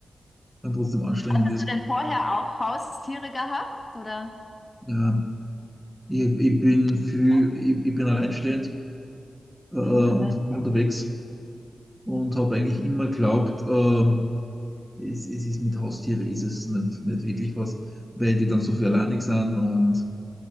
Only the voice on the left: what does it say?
Hast
du denn vorher auch Haustiere gehabt, oder?
Mhm.